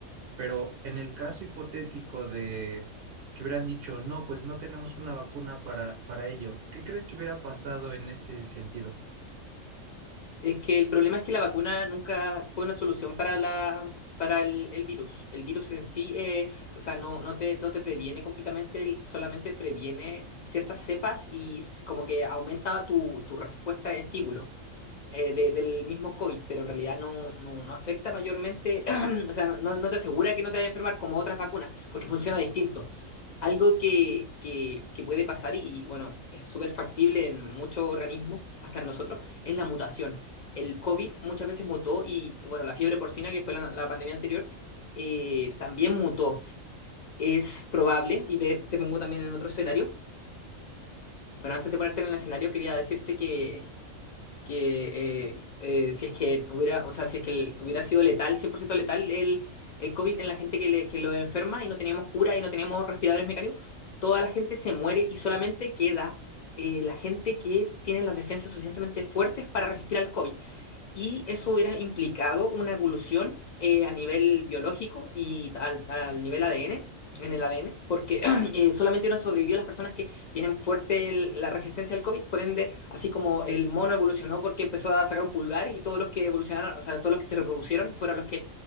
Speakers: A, on the right (about 55°); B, on the left (about 65°).
A: Pero en el caso hipotético de que hubieran dicho, no, pues no tenemos una vacuna para, para ello, ¿qué crees que hubiera pasado en ese sentido?
B: Es que el problema es que la vacuna nunca fue una solución para la, para el, el virus. El virus en sí es, o sea, no, no te, no te previene completamente, el- solamente previene ciertas cepas y s- como que aumenta tu, tu respuesta de estímulos. eh, de- del mismo COVID, pero en realidad no, no, no afecta mayormente, <clears throat> o sea, no, no no te asegura que no te vayas a enfermar como otras vacunas, porque funciona distinto. Algo que, que- que puede pasar y, y, bueno, es súper factible en muchos organismos, hasta en nosotros, es la mutación. El COVID muchas veces mutó y, bueno, la fiebre porcina, que fue la, la pandemia anterior, eh, también mutó. Es probable, y te, te pongo también en otro escenario, bueno, antes de ponerte en el escenario, quería decirte que que eh, eh, si es que hubiera, o sea, si es que el- hubiera sido letal, 100% letal el, el COVID en la gente que, le- que lo enferma y no teníamos cura y no teníamos respiradores mecánicos, toda la gente se muere y solamente queda eh, la gente que tiene las defensas suficientemente fuertes para resistir al COVID y eso hubiera implicado una evolución eh, a nivel biológico y al, al nivel ADN, en el ADN, porque <clears throat> eh, solamente no sobrevivió las personas que tienen fuerte el- la resistencia al COVID, por ende, así como el mono evolucionó porque empezó a sacar un pulgar y todos los que evolucionaron, o sea, todos los que se reproducieron fueron los que